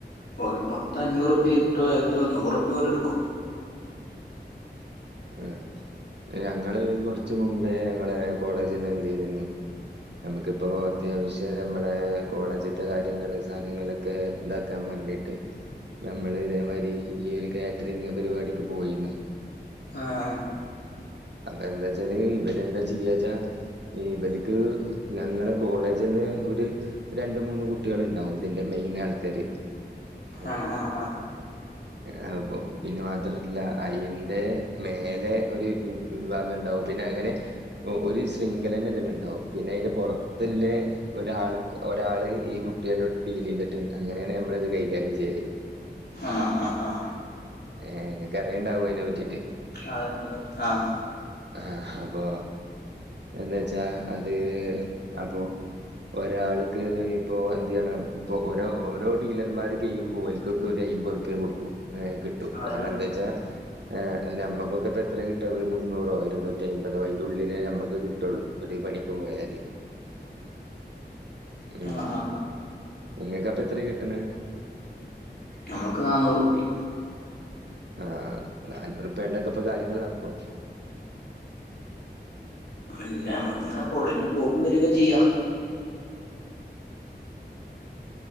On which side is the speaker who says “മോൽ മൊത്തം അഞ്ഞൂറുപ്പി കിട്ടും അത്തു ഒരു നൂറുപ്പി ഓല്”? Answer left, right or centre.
Left